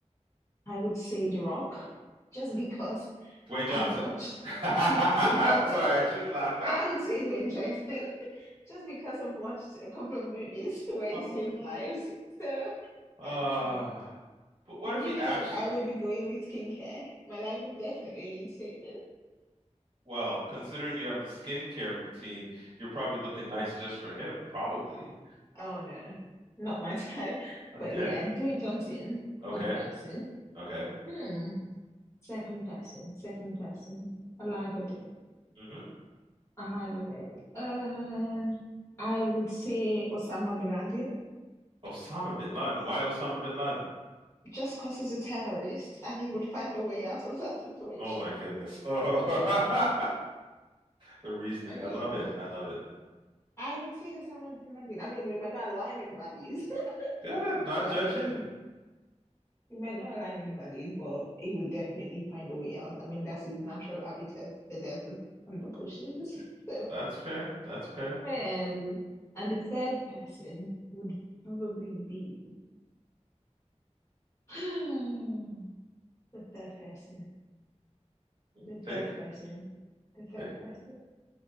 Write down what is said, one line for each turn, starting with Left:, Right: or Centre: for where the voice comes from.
Left: I would say The Rock, just because
Right: Dwayne Johnson.
Left: I've watched.
Right: <laughs> Sorry,
Left: Yes, Dwayne
Right: I
Left: Johnson.
Right: shouldn't
Left: <laughs>
Right: laugh.
Left: I would
Right: <laughs>
Left: say Dwayne Johnson, <laughs> just because I've watched a couple of movies <laughs> where he
Right: Uh,
Left: saved lives. So,
Right: uh,
Left: I mean,
Right: but what if
Left: Given
Right: he actually,
Left: up, I would be going with skincare. My life would definitely lead saving.
Right: well, considering you have the skincare routine, you're probably looking nice just for him, probably.
Left: Oh no, not my <laughs> type.
Right: Okay,
Left: But yeah, doing Johnson,
Right: okay,
Left: one person.
Right: okay.
Left: Hmm. Second person, second person. Alive or dead.
Right: hmm
Left: Alive or dead. Uh, I would say Osama bin Laden,
Right: Osama bin Laden. Why Osama bin Laden?
Left: just because he's a terrorist and he would find a way out of that <laughs> situation.
Right: Oh my goodness. Oh, <laughs> the reasoning.
Left: I mean,
Right: I love it. I love it.
Left: I would say Osama bin Laden. I mean, we might not align in values, <laughs>
Right: Good, at not
Left: but
Right: judging.
Left: I mean, He might not align in values, but he would definitely find a way out. I mean, that's his natural habitat, the desert and the bushes. <laughs> So,
Right: That's fair. That's fair.
Left: um, and the third person would probably be <sighs> the third person,
Right: Mm,
Left: the
Right: Take,
Left: third
Right: it,
Left: person, the third
Right: take. it.
Left: person. <laughs>